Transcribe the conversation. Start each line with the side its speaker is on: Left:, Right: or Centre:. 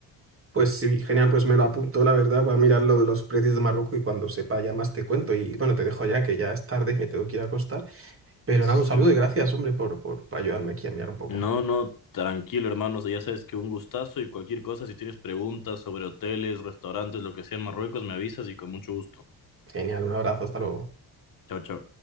Right: Pues sí, genial, pues me lo apunto, la verdad, voy a mirar lo de los precios de Marruecos y cuando sepa ya más te cuento. Y bueno, te dejo ya que ya es tarde, me tengo que ir a acostar. Pero
Left: Sí.
Right: nada, un saludo y gracias, hombre, por, por ayudarme aquí a mirar un poco.
Left: No, no, tranquilo, hermano. Ya sabes que un gustazo y cualquier cosa, si tienes preguntas sobre hoteles, restaurantes, lo que sea en Marruecos, me avisas y con mucho gusto.
Right: Genial, un abrazo, hasta luego.
Left: Chao, chao.